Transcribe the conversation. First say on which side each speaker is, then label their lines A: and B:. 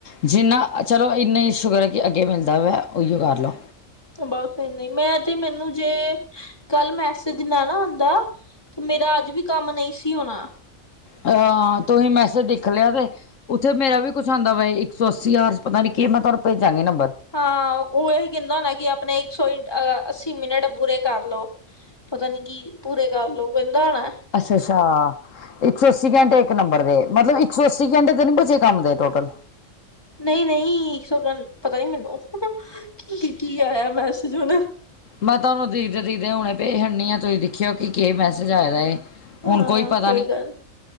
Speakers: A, on the left (about 70°); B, on the left (about 20°).
A: ਜਿੰਨਾ, ਚਲੋ ਇੰਨੀ ਈ ਸ਼ੁਕਰ ਹੈ ਕਿ, ਅੱਗੇ ਮਿਲਦਾ ਪਿਆ, ਉਹੀਉ ਕਰ ਲਉ।
B: ਬਸ, ਇਨੀਂ ਮੈਂ ਤੇ ਮੈਨੂੰ ਜੇ। ਕੱਲ ਮੈਸੇਜ ਨਾ, ਨਾ ਆਉਂਦਾ, ਤੇ ਮੇਰਾ ਅੱਜ ਵੀ ਕੰਮ ਨਹੀਂ ਸੀ ਹੋਣਾ।
A: ਹਾਂ, ਤੁਸੀਂ ਮੈਸੇਜ ਦਿਖ ਲਿਆ ਤੇ। ਉੱਥੇ ਮੇਰਾ ਵੀ, ਕੁਛ ਆਉਂਦਾ ਪਿਆ ਸੀ, ਇੱਕ ਸੌ ਅੱਸੀ ਹਜ਼ਾਰ 'ਚ ਪਤਾ ਨੀ ਕੀ, ਮੈਂ ਤੁਹਾਨੂੰ ਭੇਜਾਂਗੀ ਨੰਬਰ।
B: ਹਾਂ, ਉਹ ਇਹੀ ਕਹਿੰਦਾ ਹੋਣਾ ਕਿ, ਆਪਣੇ ਸੌ, ਅੱਸੀ ਮਿੰਟ ਪੂਰੇ ਕਰ ਲਉ, ਪਤਾ ਨੀ ਕੀ ਪੂਰੇ ਕਰ ਲਉ, ਕਹਿੰਦਾ ਹੋਣਾ।
A: ਅੱਛਾ- ਅੱਛਾ। ਇੱਕ ਸੌ ਅੱਸੀ ਘੰਟੇ, ਇੱਕ ਨੰਬਰ ਦੇ ਮਤਲਬ ਇੱਕ ਸੌ ਅੱਸੀ ਘੰਟੇ ਤਾਂ, ਨਹੀਂ ਬਚੇ ਕੰਮ ਦੇ ਟੋਟਲ?
B: ਨਹੀਂ -ਨਹੀਂ, <unintelligible> ਪਤਾ ਨੀ ਮੈਨੂੰ। ਕੀ -ਕੀ ਆਇਆ ਮੈਸੇਜ? ਹਨਾ।
A: ਮੈਂ <unintelligible> ਹੁਣੇ ਭੇਜ ਦਿੰਨੀ ਆ, ਤੁਸੀਂ ਦੇਖਿਓ ਕੀ- ਕੀ ਮੈਸੇਜ ਆਇਆ ਏ?
B: ਹਾਂ
A: ਹੁਣ ਕੋਈ ਪਤਾ ਨਹੀਂ,
B: ਗੱਲ